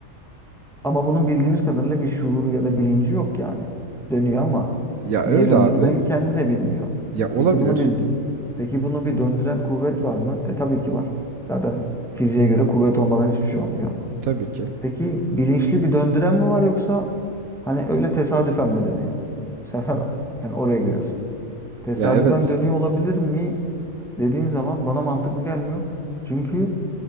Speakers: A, in the centre; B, on the right.
A: Ama bunun bildiğimiz kadarıyla bir şuuru ya da bilinci yok yani. Dönüyor ama
B: Ya
A: niye
B: öyle
A: döndüğünü
B: abi.
A: belki kendi de bilmiyor.
B: Ya olabilir
A: Peki bunu bir peki bunu bir döndüren kuvvet var mı? E tabii ki var. Zaten fiziğe göre kuvvet olmadan hiçbir şey olmuyor.
B: tabii ki.
A: Peki bilinçli bir döndüren mi var yoksa hani öyle tesadüfen mi dönüyor? Bu sefer <laughs> yani oraya giriyorsun. Tesadüfen
B: Ya evet.
A: dönüyor olabilir mi dediğin zaman bana mantıklı gelmiyor. Çünkü